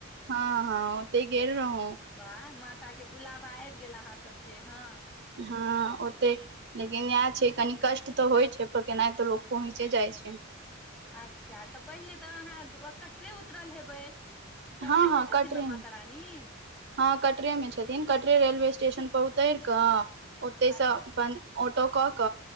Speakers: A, on the right; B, in the centre.
A: हँ हँ ओते गेल रहू
B: वाह माता केँ बुलाबा आइब गेल अहाँ सब केँ हँ
A: हँ ओते लेकिन इहै छ कनी कष्ट तऽ होइ छै पर केनाइतो लोक पहुँचे जाइ छै
B: अच्छा तऽ पहिले तऽ अहाँ कटरे उतरल हेबै कटरे
A: हँ
B: में
A: हँ
B: छथिन
A: कटरे
B: न
A: मे
B: माता रानी <unintelligible>
A: हँ कटरे मे छथिन कटरे रेलवे स्टेशन पर उतैर कऽ ओते से
B: अच्छा
A: अपन ऑटो कऽ